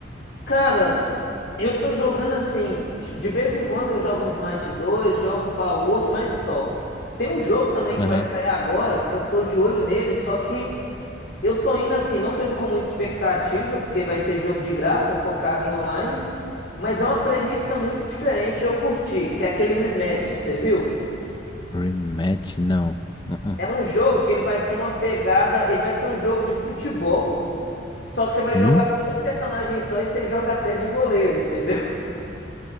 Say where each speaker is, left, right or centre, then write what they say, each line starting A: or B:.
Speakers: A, on the left (about 65°); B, on the left (about 25°).
A: Cara, eu tô jogando assim. De vez em quando eu jogo um Smite dois, jogo um Power Word, mas só. Tem um jogo também que
B: Aham.
A: vai sair agora que eu tô de olho nele, só que. Eu tô indo assim, não tô indo com muita expectativa, porque vai ser jogo de graça, focado em online, mas é uma premissa muito diferente e eu curti, que é aquele rematch, você viu?
B: Rematch, não. Uh-uh.
A: É um jogo que ele vai ter uma pegada, ele vai ser um jogo de futebol, só que você vai jogar
B: Hum?
A: com um personagem só e você joga até de goleiro, entendeu?